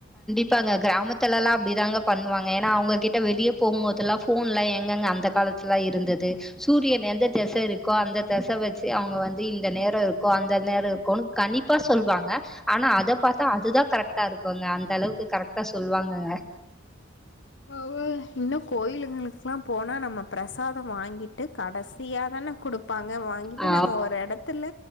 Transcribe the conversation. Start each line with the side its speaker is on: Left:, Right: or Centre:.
Centre: இப்பாங்க கிராமத்துல எல்லாம் அப்டிதாங்க பண்ணுவாங்க ஏன்னா அவங்ககிட்ட வெளிய போம்போதுல்லாம் போன் எல்லாம் எங்கெங்க அந்த காலத்துலா இருந்தது சூரியன் எந்த திச இருக்கோ அந்த திசை வச்சு அவங்க வந்து இந்த நேரம் இருக்கோம் அந்த நேரம் இருக்கன்னு கண்ப்பா சொல்லுவாங்க ஆனா அத பாத்தா அதுதான் கரெக்டா இருக்கும்ங்க அந்த அளவுக்கு கரெக்டா சொல்லுவாங்கங்க
Left: <unintelligible> இன்னும் கோயிலுங்களுக்கெல்லாம் போனா நம்ம பிரசாதம் வாங்கி ட்டு கடைசியாதானே கொடுப்பாங்க வாங்கிட்டு
Centre: ஆ
Left: நம்ம ஒரு இடத்துல